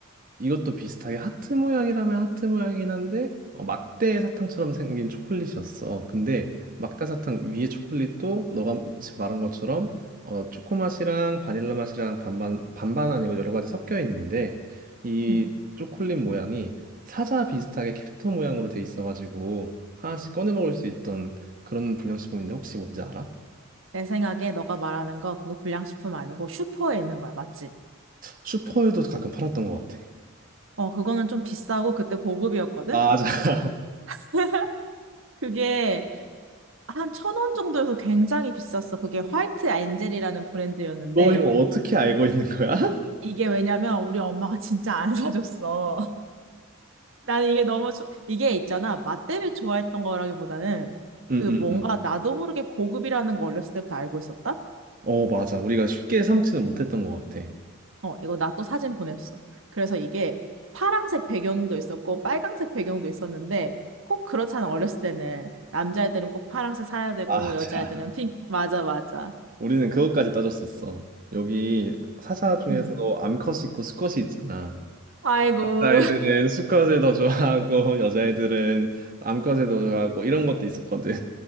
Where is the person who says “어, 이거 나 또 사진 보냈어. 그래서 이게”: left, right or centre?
Right